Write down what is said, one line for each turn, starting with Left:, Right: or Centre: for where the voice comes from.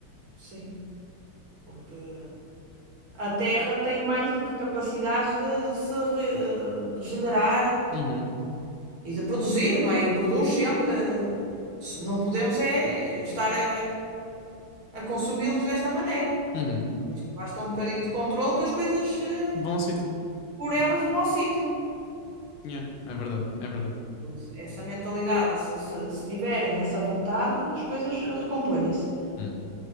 Right: Sim. porque a Terra tem mais do que capacidades de, de se re- eh, regenerar
Left: Uhum,
Right: e de produzir, não é? E produz sempre. Se Não podemos é estar a, a- a consumi-los desta maneira.
Left: uhum.
Right: Por isso, basta um bocadinho de controle que as coisas eh,
Left: Bom sítio.
Right: por elas
Left: Yeah,
Right: vão ao sítio.
Left: yeah, é verdade, é verdade.
Right: Por isso, essa mentalidade, se, se- se tiverem essa vontade, as coisas eh, recompõem-se.
Left: Hum.